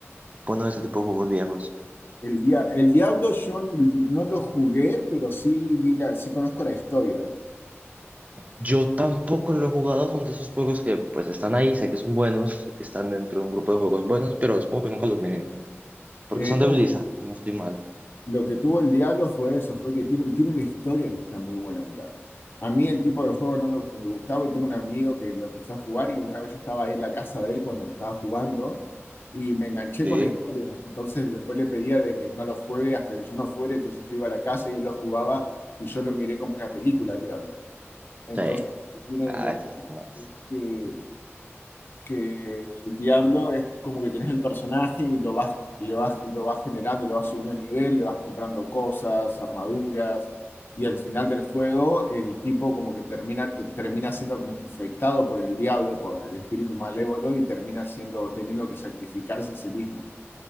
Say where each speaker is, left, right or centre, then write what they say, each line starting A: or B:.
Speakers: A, on the right; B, on the left.
A: Bueno, ese tipo de juegos viejos.
B: El, dia- el Diablo yo n- no lo jugué, pero sí, vi la, sí conozco la historia.
A: Yo tampoco lo he jugado, son de esos juegos que pues están ahí, sé que son buenos, sé que están dentro de un grupo de juegos buenos, pero es como que nunca los miré. ¿no? Porque
B: Eh,
A: son
B: no
A: de Blizzard, si no estoy mal.
B: Lo que tuvo el Diablo fue eso, fue que tiene, tiene una historia que está muy buena el Diablo. A mí el tipo de juego no me gu- me gustaba y tengo un amigo que lo empezó a jugar y una vez yo estaba ahí en la casa de él cuando lo estaba jugando y me enganché
A: Sí.
B: con la historia. Entonces después le pedía de que no lo juegue hasta que yo no fuera, entonces yo iba a la casa y él lo jugaba y yo lo miré como una película el Diablo. Entonces,
A: Sí.
B: lo que tiene
A: Ah,
B: de-
A: eso es nice.
B: es que que el diablo es como que tenés el personaje y lo vas, le vas, lo vas generando, le vas subiendo el nivel, le vas comprando cosas, armaduras, y al final del juego el tipo como que termina, te- termina siendo como infectado por el diablo, por el espíritu malévolo, y termina siendo, teniendo que sacrificarse a sí mismo,